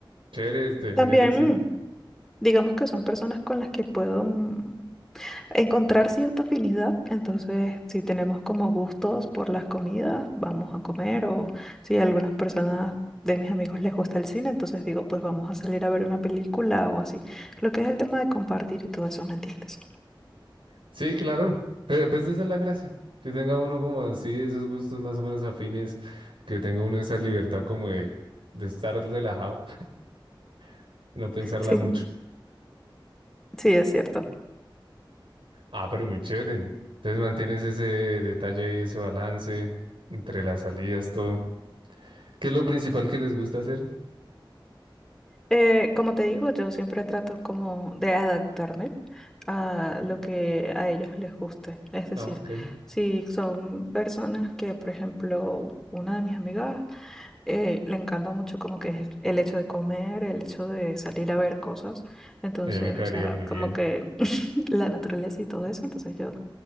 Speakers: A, on the right; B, in the centre.
A: Chévere es tener
B: También
A: así.
B: mm, digamos que son personas con las que puedo... mm, encontrar cierta afinidad. Entonces, si tenemos como gustos por las comidas, vamos a comer. O si a algunas personas de mis amigos les gusta el cine, entonces digo, pues vamos a salir a ver una película o así. Lo que es el tema de compartir y todo eso, ¿me entiendes?
A: Sí, claro. Pe- pues esa es la gracia. Que tenga uno como así, esos gustos más o menos afines. Que tenga uno esa libertad como de, de estar relajado, <laughs> no pensarla
B: Sí,
A: mucho.
B: sí, es cierto.
A: Ah, pero muy chévere. Entonces mantienes ese detalle y ese balance entre las salidas, todo. ¿Qué es lo principal que les gusta hacer?
B: Eh, como te digo, yo siempre trato como de adaptarme a lo que a ellos les guste. Es decir,
A: Ah, ok.
B: si son personas que, por ejemplo, una de mis amigas eh, le encanta mucho como que es el hecho de comer, el hecho de salir a ver cosas. Entonces,
A: Eh, me caería
B: o sea,
A: muy bien.
B: como que <laughs> <clears throat> la naturaleza y todo eso. Entonces yo,